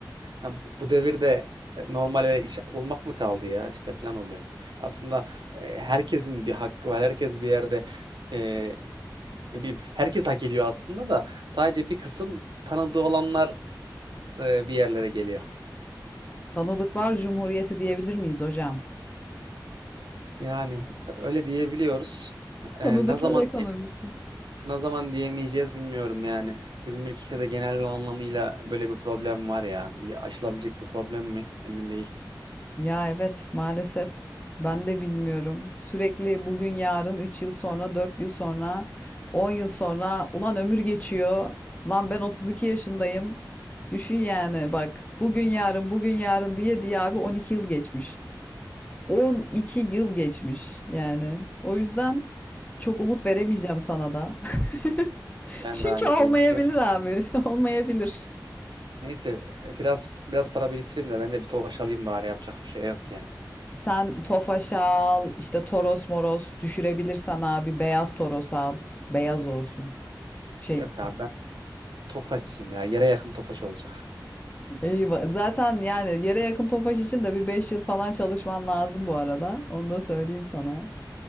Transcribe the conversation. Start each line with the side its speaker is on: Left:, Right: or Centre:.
Right: ya bu bu devirde e, normal öyle iş bulmak mı kaldı ya işte falan oluyor. Aslında e, herkesin bir hakkı var. Herkes bir yerde e, ne bileyim herkes hak ediyor aslında da sadece bir kısım tanıdığı olanlar e, bir yerlere geliyor.
Left: Ya, tanıdıklar Cumhuriyeti diyebilir miyiz hocam?
Right: Yani öyle diyebiliyoruz. E,
Left: Tanıdıklar
Right: ne zaman
Left: ekonomisi.
Right: ne zaman diyemeyeceğiz bilmiyorum yani. Bizim ülkede genel anlamıyla böyle bir problem var ya. Bir aşılabilecek bir problem mi? Emin değilim.
Left: Ya evet maalesef ben de bilmiyorum. Sürekli bugün yarın 3 yıl sonra 4 yıl sonra 10 yıl sonra ulan ömür geçiyor. Lan ben 32 yaşındayım. Düşün yani bak bugün yarın bugün yarın diye diye abi 12 yıl geçmiş. 12 yıl geçmiş yani. O yüzden çok umut veremeyeceğim sana da. <laughs>
Right: Ben
Left: Çünkü
Right: de aynı
Left: olmayabilir
Right: şeyi düşünüyorum.
Left: abi <laughs> olmayabilir.
Right: Neyse e, biraz biraz para biriktireyim de ben de bir Tofaş alayım bari yapacak bir şey yok yani.
Left: Sen Tofaş al, işte Toros moros düşürebilirsen abi beyaz Toros al. Beyaz olsun. Şey
Right: Yok abi ben Tofaşçıyım ya. Yere yakın Tofaş olacak.
Left: eyvah. Zaten yani yere yakın Tofaş için de bir 5 yıl falan çalışman lazım bu arada. Onu da söyleyeyim sana.